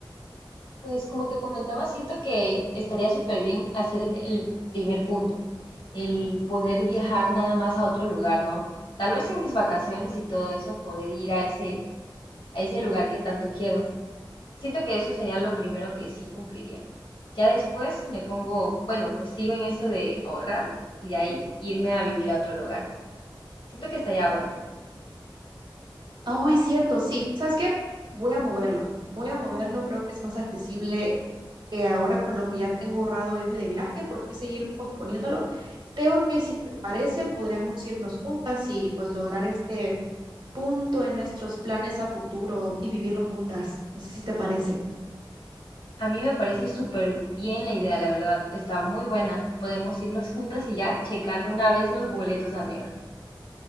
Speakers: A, on the left (about 90°); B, on the right (about 60°).
A: Pues como te comentaba, siento que estaría súper bien hacer el primer punto, el poder viajar nada más a otro lugar, ¿no? Tal vez en mis vacaciones y todo eso, poder ir a ese, a ese lugar que tanto quiero. Siento que eso sería lo primero que sí cumpliría. Ya después me pongo, bueno, pues sigo en eso de ahorrar y de ahí irme a vivir a otro lugar. Siento que estaría bueno.
B: Oh, es cierto, sí. ¿Sabes qué? Voy a moverlo. Voy a moverlo, creo que es más accesible que ahora con lo que ya tengo ahorrado irme de viaje, ¿por qué seguir posponiéndolo? Creo que si te parece, podríamos irnos juntas y pues lograr este punto en nuestros planes a futuro y vivirlo juntas. No sé si te parece.
A: A mí me parece súper bien la idea, la verdad. Está muy buena. Podemos irnos juntas y ya checar de una vez los boletos, amiga.